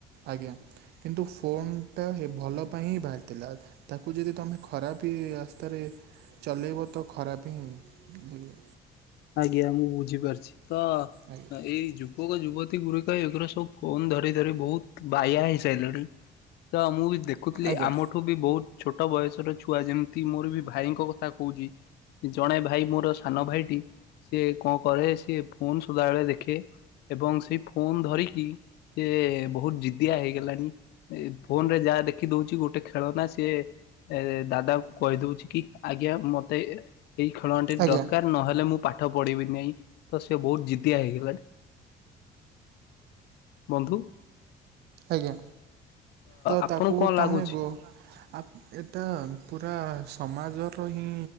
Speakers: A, on the right (about 75°); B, on the left (about 75°).
A: ଆଜ୍ଞା। କିନ୍ତୁ ଫୋନ ଟା ହେ ଭଲ ପାଇଁ ହିଁ ବାହାରିଥିଲା। ତାକୁ ଯଦି ତମେ ଖରାପି ରାସ୍ତାରେ ଚଲେଇବ ତ ଖରାପ ହିଁ ଲାଗିବ।
B: ଆଜ୍ଞା ମୁଁ ବୁଝିପାରୁଛି ତ
A: ଆଜ୍ଞା
B: ଏଇ ଯୁବକ ଯୁବତୀ ଗୁରିକ ଏଗୁରା ସ ସବୁ ଫୋନ ଧରି ଧରି ବହୁତ ବାୟା ହେଇସାଇଲାଣି ତ ମୁଁ ଦେଖୁଥିଲି
A: ଆଜ୍ଞା
B: ଆମ ଠୁ ବି ବହୁତ ଛୋଟ ବୟସର ଛୁଆ ଯେମିତି ମୋର ବି ଭାଇଙ୍କ କଥା କହୁଚି। ଜଣେ ଭାଇ ମୋର ସାନ ଭାଇଟି ସିଏ କଣ କରେ ସିଏ ଫୋନ ସଦାବେଳେ ଦେଖେ। ଏବଂ ସେଇ ଫୋନ ଧରିକି ସିଏ ବହୁତ ଜିଦିଆ ହେଇଗଲାଣି ଏ ଫୋନ ରେ ଯାହା ଦେ ଖି ଦଉଚି ଗୋଟେ ଖେଳନା ସିଏ ଏ ଦାଦାଙ୍କୁ କଇଦଉଛି କି ଆଜ୍ଞା ମତେ ଏଇ ଖେଳଣାଟି
A: ଆଜ୍ଞା
B: ଦରକାର ନହେଲେ ମୁଁ ପାଠ ପଢିବି ନେହିଁ ତ ସେ ବହୁତ ଜିଦିଆ ହେଇଗଲାଣି। ବନ୍ଧୁ।
A: ଆଜ୍ଞା ତ
B: ଆପଣଙ୍କୁ
A: ତାକୁ
B: କଣ ଲାଗୁଛି
A: ତମେ ଗୋ ଆ ଏତ ପୁରା ସମାଜର ହିଁ